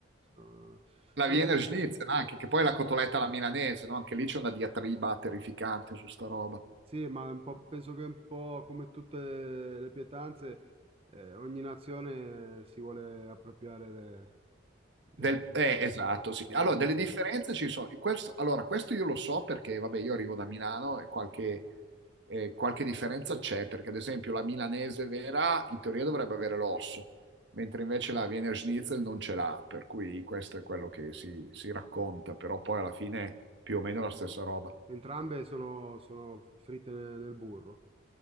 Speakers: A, on the right; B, on the right.
A: so-
B: La
A: Vabbè,
B: Wiener Schnitzel anche, che poi è la cotoletta alla milanese, no? Anche lì c'è una diatriba terrificante su sta roba.
A: sì, ma un po', penso che un po' come tutte le pietanze, eh, ogni nazione si vuole appropriare de- de-
B: Del- eh, esatto, sì.
A: dell'invenzione.
B: Allora, delle differenze ci sono. Questo, allora, questo io lo so perché, vabbè, io arrivo da Milano e qualche, eh, qualche differenza c'è, perché ad esempio la milanese vera in teoria dovrebbe avere l'osso, mentre invece la Wiener Schnitzel non ce l'ha, per cui questo è quello che si, si racconta, però poi alla fine è più o meno la stessa roba.
A: Entrambe sono, sono fritte nel, nel burro.